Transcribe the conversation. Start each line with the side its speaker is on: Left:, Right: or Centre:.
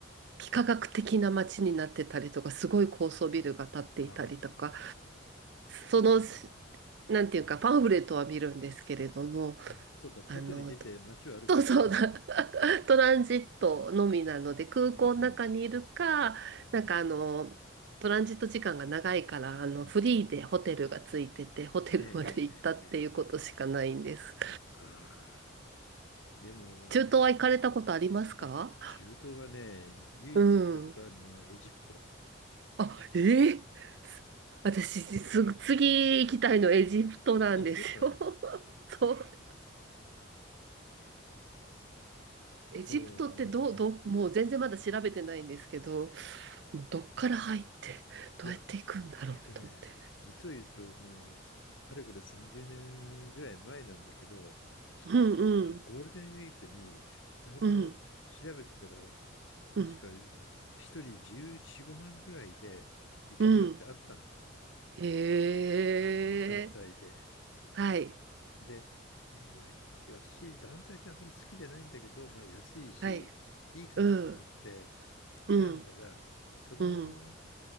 Right: 幾何学的な街になってたりとか、すごい高層ビルが建っていたりとか、
Left: あ
Right: その、なんていうか、パンフレットは見るんですけれども、
Left: あ。あ、そうか、外に出て街を歩くわけじゃないか。
Right: あの、<laughs> そうそうだ、<laughs> トランジットのみなので、空港の中にいるか、
Left: うんうん
Right: なんかあの、
Left: うん
Right: トランジット時間が長いから、あの、
Left: うんうんう
Right: フリーでホテルがついてて、
Left: ん。
Right: ホテルまで行ったっていうことしかないんです。
Left: ええええええ。ええああ。でも、
Right: 中東は行かれたことありますか
Left: あ、中東はね、唯一行ったことあるのはエジプト。
Right: うん。あ、ええす私、す、次行きたいのエジプトなんですよ。
Left: あ、そうなんです。
Right: <laughs> そう。エジプトってどう、
Left: もう、
Right: どう、もう全然まだ調べてないんですけど、もうどっから入って、どうやって行くんだろうと思って。
Left: いや、えっとね、実を言うと、もう、かれこれ30年ぐらい前なんだけど、
Right: うんうん、
Left: あのゴールデンウィークに、たまたま調べてたら、
Right: うん、
Left: 確か
Right: うん、
Left: 1人14、5万ぐらいで行けるよってあったの。
Right: うん。ええ
Left: あの団体で。
Right: はい、
Left: で、うん私、団体ってあんまり好きじゃないんだけど、まあ、安いし、
Right: はい、
Left: いいかなと思って
Right: うん、うん、
Left: 選んだら、その、
Right: うん、